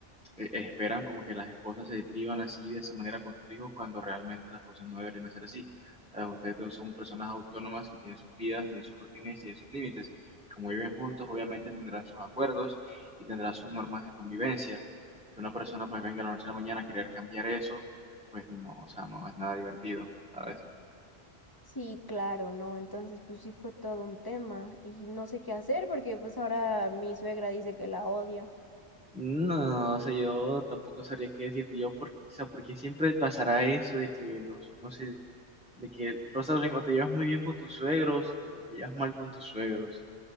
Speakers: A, in the centre; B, on the left (about 20°).
A: eh, esperan como que las esposas se vivan así de esa manera con sus hijos cuando realmente las cosas no deberían ser así. Ah, Ustedes dos son personas autónomas que tienen sus vidas, tienen sus rutinas y tienen sus límites. Como viven juntos, obviamente tendrán sus acuerdos y tendrán sus normas de convivencia. Que una persona pues venga de la noche a la mañana a querer cambiar eso, pues no, o sea, no es nada divertido, ¿sabes?
B: Sí, claro, ¿no? Entonces, pues sí fue todo un tema y no sé qué hacer porque pues ahora mi suegra dice que la odio.
A: No, o sea, yo tampoco sabría qué decirte yo, por, o sea, porque siempre pasará eso de que los, no sé, de que Rosalind o te llevas muy bien con tus suegros o te llevas mal con tus suegros,